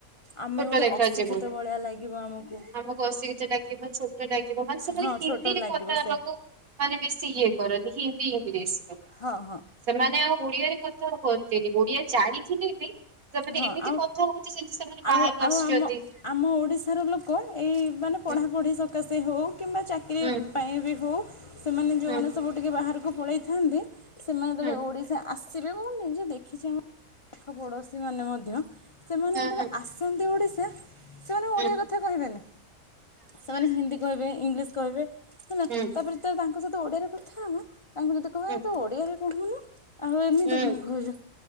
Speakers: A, on the left; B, on the right.
A: ଆମେ
B: ଛୋଟ
A: ଗୋଟେ
B: ଲେଖା
A: ଅଶିକ୍ଷିତ
B: ଜୀବନ
A: ଭଳିଆ ଲାଗିବ ଆମକୁ
B: ଆମୁକୁ ଅଶି <unintelligible> ଲାଗିବ ଛୋଟ ଲାଗ୍ ଯିବ ମାନେ ସେମାନେ
A: ହଁ
B: ହିନ୍ଦୀରେ
A: ଛୋଟ ଲାଗିବ
B: କଥା ହେବାକୁ
A: ସେ
B: ମାନେ ବେଶୀ ଇଏ କରନ୍ତି କି ଇଂଲିଶ
A: ହଁ ହଁ
B: ସେମାନେ ଆଉ ଓଡ଼ିଆରେ କଥା କୁହ ଯେକି ଓଡିଆ ଜାଣିଥିଲେ ବି ସେମାନେ
A: ହଁ
B: ଏମିତି
A: ଆଉ
B: କଥା ହଉଚି ଯେମିତି ସେମାନେ ବାହାରୁ
A: ଆଉ
B: ଆସିଛନ୍ତି।
A: ଆଉ ଆମ ଆମ ଓଡ଼ିଶାର ଲୋକ ଏଇ ମାନେ ପଢ଼ାପଢ଼ି
B: ହୁଁ
A: ସକାସ୍ ସେ ହଉ କିମ୍ବା ଚାକିରୀ
B: ହୁଁ
A: ପାଇଁ ବି ହଉ ସେମାନେ ଯୋଉମାନେ
B: ହୁଁ
A: ସବୁ ଟିକେ ବାହାରୁ କେ ପଳେଇଥାନ୍ତି ସେମାନେ ଯେତେବେଳେ
B: ହୁଁ
A: ଓଡିଶା ଆ ଆସିବେ ମୁଁ ନିଜେ ଦେଖିଛି ପାଖପଡୋଶୀ ମାନେ ମଧ୍ୟ ସେମାନେ
B: ହୁଁ
A: ଯେତେବେଳେ
B: ହୁଁ
A: ଆସନ୍ତି ଓଡି ଶା ସେମାନେ ଓଡିଆ
B: ହୁଁ
A: କଥା କହିବେନି ସେମାନେ ହିନ୍ଦୀ କହିବେ ଇଂଲିଶ କହିବେ ହେଲା
B: ହୁଁ
A: ତାପରେ ତ ତାଙ୍କ ଙ୍କ ସହିତ ଓଡିଆ କଥା ହବ ତାଙ୍କୁ ଯଦି କହିବ
B: ହୁଁ
A: ଏ ତୁ ଓଡ଼ିଆରେ କୁହୁନୁ ଆଉ ଏମିତି
B: ହୁଁ
A: କଣ କହୁଚୁ